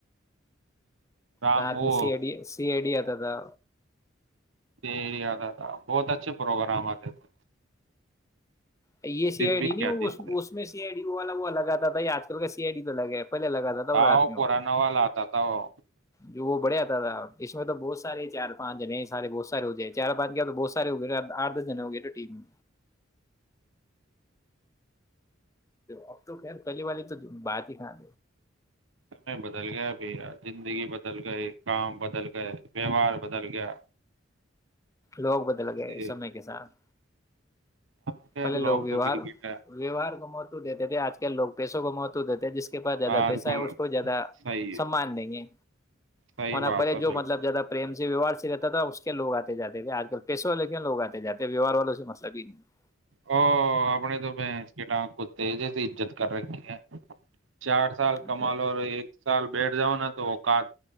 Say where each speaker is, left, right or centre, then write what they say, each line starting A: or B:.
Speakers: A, on the right (about 85°); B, on the left (about 15°).
A: رام
B: رات
A: وہ
B: میں سیڈی سی ای ڈیتا تھا
A: دیادادا بہت اچھے پروگرام آتے تھے
B: یہ سی
A: دن
B: آئی
A: بھی
B: ڈی نہیں
A: کیا دن تھے
B: اس میں سی آئی ڈی والا وہ الگ آتا تھا یہ آج کل کا سی آئی ڈی تو الگ ہے پہلے لگ آتا تھا رات
A: آؤ
B: میں
A: پرانا
B: وہ
A: والا آتا تھا وہ
B: جو وہ بڑھیاتا تھا اس میں تو بہت سارے چار پانچ جنے سارے بہت سارے ہو گئے چار پانچ کیا تو بہت سارے ہو گئے تھے آٹھ دس جنے ہو گئے تھے ٹیم میں اب تو خیر کلی والی تو بات ہی کان
A: سمے بدل گیا بھیا زندگی بدل گئے کام بدل گئے ویوہار بدل گیا
B: لوگ بدل
A: ایسے
B: گئے اس
A: ہی
B: سمے کے ساتھ
A: خیر
B: پہلے لوگ ویوہار
A: تو کرکٹ ہے
B: ویوار کو موت دیتے تھے آج کل لوگ پیسوں کو موتو دیتے تھ جس کے پس زیادہ
A: آج
B: پیسہ
A: کل
B: ہے اس کو زیادہ
A: صحیح ہے
B: سمان دیں گے
A: صحیح
B: اور نہ
A: بات
B: پے
A: ہے
B: جو
A: بالکل
B: مطلب زیادہ پریم ویوار سے رہتا تھا اس کو کیا لگ آتے جاتے تھے آج کل پیسوں والے کیوں لوگ آتے جے ویوار والوں سے مسلب ہی نہیں ہے
A: او اپ نے تو بنس کی ٹانگ کو تیزے سے عجت کر رکھی ہے چار سال
B: نہیں
A: کمالو ایک سال بیٹھ جاؤ نا تو کد